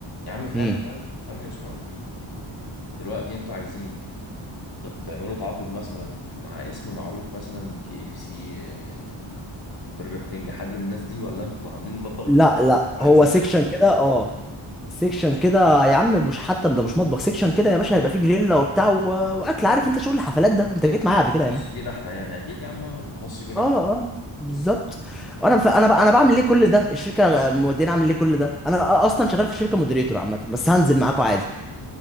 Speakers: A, on the left (about 50°); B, in the centre.
A: يا عم افهمني
B: امم
A: طيب افهمني واسمعني دلوقتي انتوا عايزين تت- تعملوا تعاقد مثلا مع اسم معروف مثلا كي اف سي آه، برجر كينج حد من الناس دي ولا انتوا عاملين المطبخ
B: لا
A: بتاعكم
B: لا
A: وعايزين
B: هو سيكشن
A: بس
B: كده
A: حاجات
B: اه سيكشن كده يا عم مش حتى ده مش مطبخ سيكشن كده يا باشا هيبقى فيه جريلا وبتاع و... واكل عارف انت شغل الحفلات ده انت جيت معايا
A: هيكون
B: قبل كده
A: خاص
B: يا مان
A: بينا احنا يعني اكيد يا عم آه، هيكون خاص بينا
B: اه
A: احنا
B: اه بالظبط انا ف... انا ب... انا بعمل ليه كل ده الشركه موديني اعمل ليه كل ده انا اصلا شغال في الشركه مودريتور عامه بس هنزل معاكم عادي